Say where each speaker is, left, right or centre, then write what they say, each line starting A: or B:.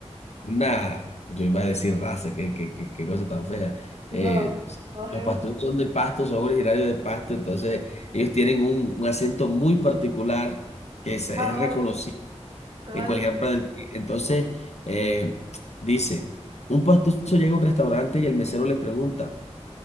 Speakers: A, on the left; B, on the right.
A: una yo iba a decir raza, qué, qué, qué, qué cosa tan fea. Eh,
B: No, horrible.
A: los pastores son de Pasto, son originarios de Pasto, entonces ellos tienen un, un acento muy particular que es, es
B: Ah,
A: reconocido
B: vale, vale.
A: en cualquier parte del... Entonces, eh, dice, un pastuso llega a un restaurante y el mesero le pregunta,